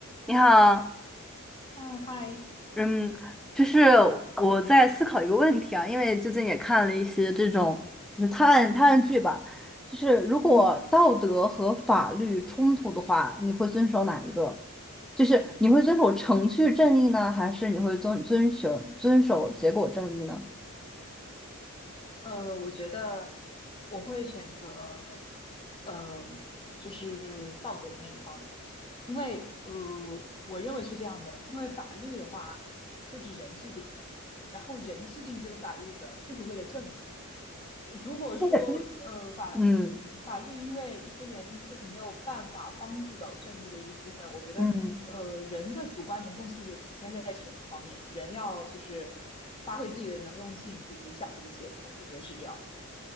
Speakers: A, in the centre; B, on the left (about 25°).
A: 你好，
B: 嗯，嗨，
A: 嗯，
B: 嗯，
A: 就是我在思考一个问题啊，因为最近也看了一些这种就是探案探案剧吧，就是如果道德和法律冲突的话，
B: 嗯
A: 你会遵守哪一个？就是你会遵守程序正义呢，还是你会遵遵守遵守结果正义呢？
B: 呃，我觉得我会选择，呃，就是道德的那一方，因为呃，我认为是这样的，因为法律的话就是人制定的，然后人制定这个法律的，就是为了正义。如果说呃法
A: <laughs> 对嗯
B: 法律因为一些原因就是没有办法帮助到正义的一部分，我觉得呃人的主观能动性就体现在这种方面，
A: 嗯
B: 人要就是发挥自己的能动性去影响这个结果，我觉得是这样的。